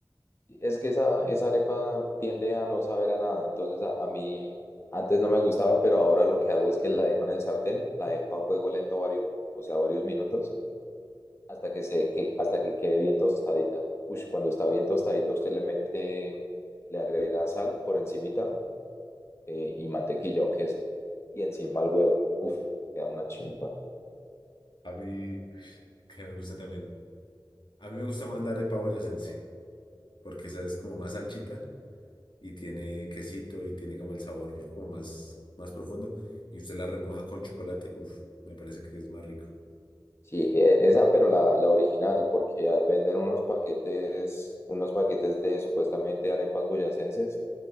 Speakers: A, on the left; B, on the left.
A: Es que esa, esa arepa tiende a no saber a nada, entonces a, a mí antes no me gustaba, pero ahora lo que hago es que la dejo en el sartén, la dejo a fuego lento varios, o sea, varios minutos hasta que se, que, hasta que quede bien tostadita. Ush, cuando está bien tostadita, usted le mete, le agrega sal por encimita eh, y mantequilla o queso. Y encima el huevo. Uf, queda una chimba.
B: A mí, que me gusta también. A mí me gusta más la arepa boyacense, porque esa es como más anchita y tiene quesito y tiene como el sabor como más, más profundo. Y usted la remoja con chocolate, uff, me parece que es más rico.
A: Sí, e- esa, pero la, la original, porque ya venden unos paquetes, unos paquetes de supuestamente arepas boyacenses,